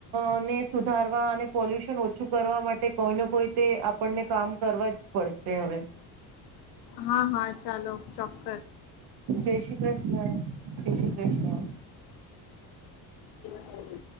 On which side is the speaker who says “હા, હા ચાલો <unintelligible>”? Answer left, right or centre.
Left